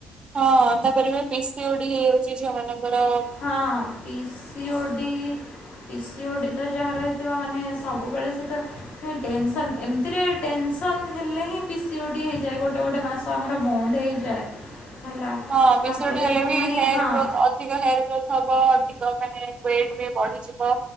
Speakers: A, on the right; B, on the left.
A: ହଁ ତାପରେ ପି ସି ଓ ଡି ହେଇଆଉଚି ଝିଅମାନଙ୍କର।
B: ହଁ P C O D P C O D ତ ଯାହାର ହେଇଥିବ ମାନେ ସବୁବେଳେ ସେ ତ ହେଁ ଟେନସନ୍ ଏମତିରେ ଟେନସନ୍ ହେଲେ ହିଁ ପି ସି ଓ ଡି ହେଇଯାଏ ଗୋଟେ ଗୋଟେ ମାସ୍ ତ ଆମର ବନ୍ଦ ହେଇଯାଏ। ହେଲା
A: ହଁ ପି
B: ତାପରେ
A: ସି ଓ ଡ଼ି ହେଲେ
B: ପୁଣି
A: ବି ହେୟାର୍
B: ହଁ
A: ଗ୍ରୋଥ୍ ଅ ଧିକ ହେୟାର୍ ଗ୍ରୋଥ୍ ହବ ଅଧିକ ମାନେ ୱେଟ୍ ବି ବଢି଼ଯିବ।